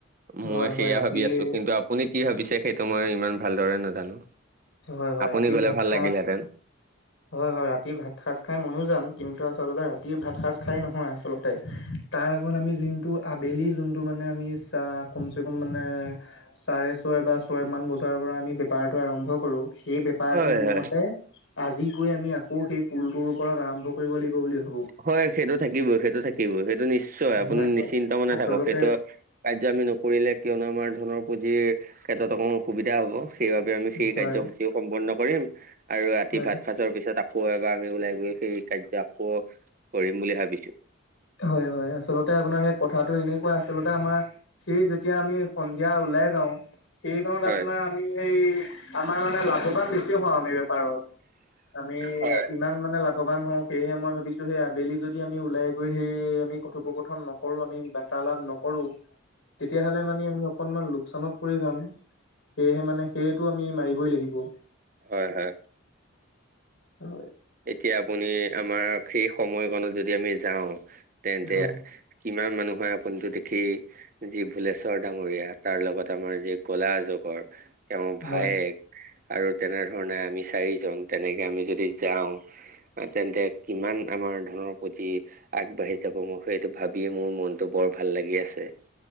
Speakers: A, on the right; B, on the left.
A: মই
B: হয় হয়
A: সেইয়া
B: ৰাতিৰ
A: ভাবি আছো, কিন্তু আপুনি কি ভাবিছে সেইটো মই ইমান ভালদৰে নাজানো।
B: হয় হয়
A: আপুনি
B: ৰাতিৰ
A: গ'লে
B: ভাত
A: ভাল
B: সাজ
A: লাগিলহেঁতেন।
B: হয়, হয়। ৰাতিৰ ভাত সাঁজ খাই মইও যাম, কিন্তু আচলতে ৰাতিৰ ভাত সাঁজ খাই নহয় আচলতে। তাৰ আগত আমি যোনটো আবেলি যোনটো মানে আমি চা কমচে কম মানে চাৰে ছয় বা ছয়মান বজাৰ পৰা আমি বেপাৰটো আৰম্ভ কৰো, সেই বে পাৰটো
A: হয়
B: মোৰ
A: হয়
B: মতে আজি গৈ আমি আকৌ সেই পুলটোৰ ওপৰত আৰম্ভ কৰিব লাগিব বুলি ভাবো।
A: হয় সেইটো থাকিবই, সেইটো থাকিবই। সেইটো নিশ্চয় আপুনি
B: হয় হয়
A: নিশ্চিন্ত মনেে
B: আচলতে
A: থাকক। সেইটো কাৰ্য আমি নকৰিলে কিয়নো আমাৰ ধনৰ পুঁজিৰ ক্ষেত্ৰত অকণ অসুবিধা হ'ব সেইবাব <unintelligible> আমি সেই
B: হয়
A: কাৰ্যসূচীও সম্পূৰ্ণ কৰিম আৰু ৰাতি
B: হয়
A: ভাত সাঁজ যোৱাৰ পিছত আকৌ এবাৰ আমি ওলাই গৈ সেই কাৰ্য আকৌ কৰিম বুলি ভাবিছো।
B: হয়, হয়। আচলতে আপোনাৰ সেই কথাটো এনেকুৱা আচলতে আমাৰ সেই যেতিয়া আমি সন্ধিয়া ওলাই যাওঁ সেইখন
A: হয়
B: আপোনাৰ আমি এই আমাৰ মানে লাভো ইমান বেছি হওঁ আমি বেপাৰত। আমি
A: হয়
B: ইমান মানে লাভৱান হওঁ। সেয়েহে মই ভাবিছো সেই আবেলি যদি আমি ওলাই গৈ সেই আমি কথোপকথন নকৰো, আমি বাৰ্তালাাপ নকৰো তেতিয়া হ'লে মানে আমি অকনমান লোকচানত পৰি যাম, সেয়েহে মানে সেইটো আমি মাৰিবই লাগিব।
A: হয়-হয়।
B: হয়।
A: এতিয়া আপুনি আমাৰ সেই সময়কণত যদি আমি যাওঁ, তেন্তে
B: হয়
A: কিমান মানুহ হয় আপুনিটো দেখেই। যি ভুলেশ্বৰ ডাঙৰীয়া, তাৰ লগত আমাৰ যি ক'লাজগৰ। তেওঁৰ
B: হয়
A: ভায়েক আৰু তেনেধৰণে আমি চাৰিজন তেনেকে আমি যদি যাওঁ। তেন্তে কিমান আমাৰ ধনৰ প্ৰতি আগবাঢ়ি যাব, মোৰ সেইটো ভাবিয়ে মোৰ মনটো বৰ ভাল লাগি আছে।